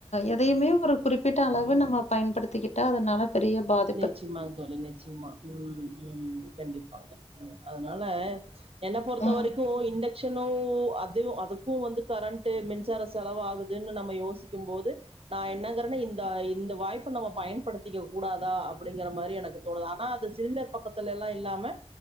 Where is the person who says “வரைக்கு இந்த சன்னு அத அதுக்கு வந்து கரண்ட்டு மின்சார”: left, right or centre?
Right